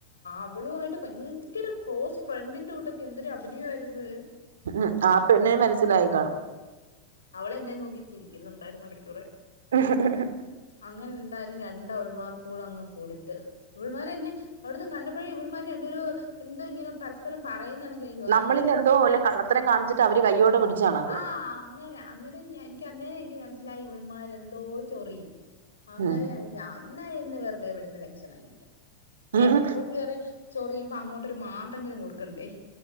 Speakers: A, on the left; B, on the right.
A: അവളുമായിട്ട് ഭയങ്കര ക്ലോസ് ഫ്രണ്ടിന്റെ കൂട്ടൊക്കെ എന്തൊരു അഭിനയ ആരുന്നു
B: ഉം ആ പെണ്ണിനെ മനസ്സിലായി കാണും
A: അവള് എന്നെ നോക്കി ചിരിക്കുന്നുണ്ടായിരുന്നു എടക്കൂടെ
B: മ് മ്
A: അങ്ങനെ എന്തായാലും രണ്ട് അവൾമാർ കൂടെ അങ്ങ് കൊടുത്ത് ഇവൾമാരന്നെ അവിടെന്ന് കണ്ടപ്പഴെ ഇവൾമാര് രണ്ടു പേ എന്തോ ഇങ്ങനെ പരസ്പരം പറയുന്നണക്ക എനിക്ക്
B: നമ്മളിൽ
A: അന്ന്
B: എന്തോ വല്ല കള്ളത്തരം കാണിച്ചിട്ട് അവര് കയ്യോടെ പിടിച്ച കണക്ക്
A: ആഹ് അങ്ങനെ അന്നേരം എനിക്ക് അന്നേ എനിക്ക് മനസ്സിലായി ഇവൾന്മാരെ എന്തോ ചൊറിയും അന്നേരം
B: ഉം
A: ഞാൻ ന്ന ഇന്ന് വെറുതെവിടുന്ന ലക്ഷണം ഇല്ല എന്തായാലും
B: ഉം ഉം
A: ഇങ്ങോ കേറി ചൊറിയുമ്പൊ അങ്ങോട്ടൊരു മാന്തെങ്കിലും കൊടുക്കണ്ടേ?